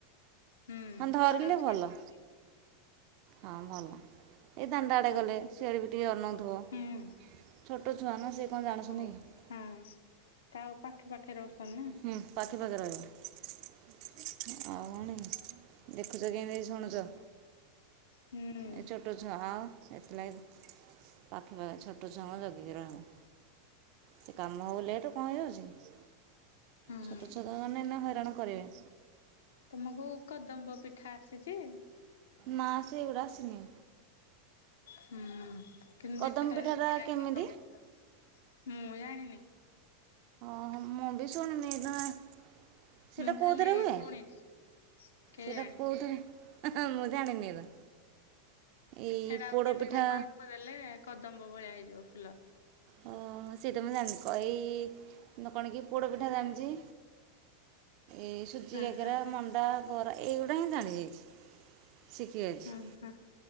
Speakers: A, on the left; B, on the right.
A: ହୁଁ
B: ହଁ ଧରିଲେ
A: ତାକୁ ଛାଡୁନି
B: ଭଲ। ହଁ ଭଲ ଏଇ ଦାଣ୍ଡ ଆଡ଼େ ଗଲେ ସିଆଡ଼େ ବି ଟିକେ ଅନଉଥିବ।
A: ହୁଁ
B: ଛୋଟ ଛୁଆ ନା ସେ କଣ
A: ତାକୁ
B: ଜାଣୁଛନ୍ତି କି।
A: ହଁ ତା ଆଉ ପାଖେ ପାଖେ ରହୁଛନ୍ତି ନା।
B: ହୁଁ ପାଖେ ପାଖେ ରହିବ ଆଉ କଣ କି। ଦେଖୁଛ କେଁ ତି ହେଇ ଶୁଣୁଛ।
A: ହୁଁ।
B: ଏ ଛୋଟ ଛୁଆ ଆଉ ସେଥିଲାଗି ପାଖେ ପାଖେ ଛୋଟ ଛୁଆଙ୍କୁ ଜଗିକି ରହିବ। ସେ କାମ ହଉ ଲେଟ କଣ ହେଇ ଯାଉଛି।
A: ହଁ।
B: ଛୋଟ ଛୁଆ ତ ମାନେ ଏଇନା ହଇରାଣ କରିବେ।
A: ତମକୁ କଦମ୍ବ ପିଠା ଆସିଛି।
B: ନା ସେ ଗୁଡ଼ା ଆସିନି।
A: ହୁଁ। କିନ୍ତୁ
B: କଦମ
A: ଦେଖାଯାଉଚି
B: ପିଠାଟା
A: ବଢିଆ
B: କେମିତି
A: କଦମ୍ୱ ମୁଁ ଜାଣିନି।
B: ଓ ହୋ ମୁଁ ବି ସୁଣୁନି। <unintelligible> ସେଇଟା
A: ମୁଁ
B: କୋଉଥିରେ
A: ଖାଲି
B: ହୁଏ?
A: ଶୁଣିଛି କେଜାଣି।
B: ସେଟା କୋଉ ଥରେ ମୁଁ ଜାଣିନି ଏରା। ଏଇ
A: ହେଟା ଆଉ
B: ପୋଡ଼ପିଠା
A: କେମିତି <unintelligible> ଦେଲେ କଦମ୍ବ ଭଳିଆ ହେଇଯିବ ଫୁଲ।
B: ଓ ହୋ। ସେଇଟା ମୁଁ ଜାଣିନି। କ ଏଇ କଣ କି ପୋଡ଼ ପିଠା ଜାଣିଚି। ଏଇ ସୁଜି
A: ହଁ
B: କାକେରା,
A: ହଁ
B: ମଣ୍ଡା, ବରା ଏଇଗୁଡା ହିଁ ଜାଣିଯାଇଚି। ଶିଖିଯାଇଚି।
A: ହଁ ହଁ